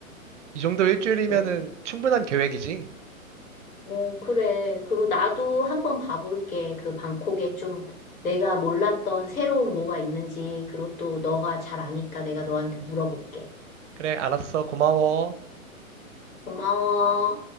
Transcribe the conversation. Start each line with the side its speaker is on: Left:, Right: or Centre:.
Right: 이 정도 일주일이면은
Left: 어,
Right: 충분한 계획이지.
Left: 어, 그래. 그리고 나도 한번 봐볼게. 그 방콕에 좀 내가 몰랐던 새로운 뭐가 있는지 그리고 또 너가 잘 아니까 내가 너한테 물어볼게.
Right: 그래, 알았어. 고마워.
Left: 고마워.